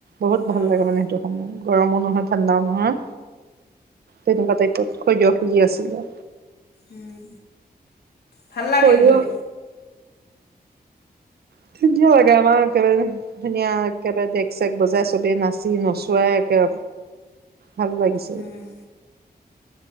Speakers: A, on the right; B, on the left.
A: বহুত
B: অঁ
A: ভাল লাগে মানে সেইটো সমূহ গৰমো নহয় ঠাণ্ডাও নহয়। তেনেকুৱা টাইপত সৰিয়হ খুজি আছিলে।
B: উম ভাল লাগে
A: সৰিয়হ
B: গৈ
A: <inaudible> একেবাৰে। ধুনীয়া একেবাৰে দেগ চেগ বজাই চবেই নাচি নচুৱাই একে ভাল লাগিছে।
B: উম।